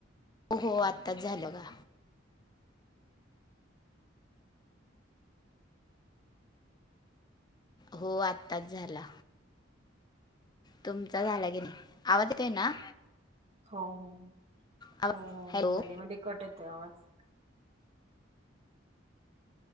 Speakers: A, on the left; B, on the right.
A: हो हो आत्ताच झालं गा. हो आत्ताच झाला. तुमचा झाला की नाही? आवाज येतोय ना?
B: हो हो.
A: आवा
B: हो हो.
A: हॅलो
B: मध्ये मध्ये कट येतोय आवाज.